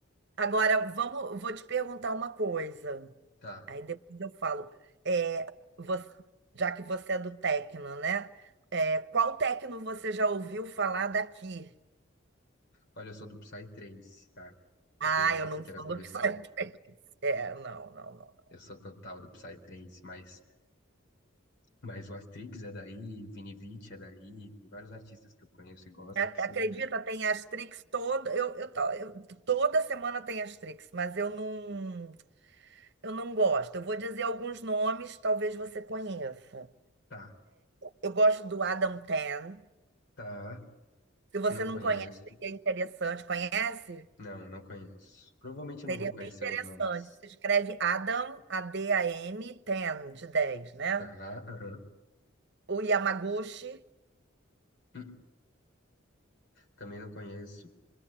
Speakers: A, on the right; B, on the left.
A: Agora, vamos, vou te perguntar uma coisa.
B: Tá.
A: Aí depois eu falo, é, você- já que você é do techno, né? É, qual techno você já ouviu falar daqui?
B: Olha, eu sou do Psytrance, tá? Eu
A: Ah,
B: tenho essa
A: eu não
B: pequena
A: sou
B: correção.
A: do <laughs> Psytrance. É, não, não, não.
B: Eu sou total do Psytrance, mas, mas o Astrix é daí, o Vini Vici é daí, tem vários artistas que eu conheço e gosto
A: A-
B: que são.
A: Acredita, tem Astrix toda, eu, eu, to- eu- toda semana tem Astrix, mas eu não, eu não gosto. Eu vou dizer alguns nomes, talvez você conheça.
B: Tá,
A: Eu gosto do Adam Tan.
B: tá.
A: Se você
B: Não
A: não
B: conheço.
A: conhece, é interessante. Conhece?
B: Não, não conheço. Provavelmente eu
A: Seria
B: não vou conhecer
A: bem interessante.
B: os nomes.
A: Se escreve Adam, A-D-A-M, 10, de 10, né?
B: Tá, aham.
A: O Yamaguchi,
B: Hum, Também não conheço.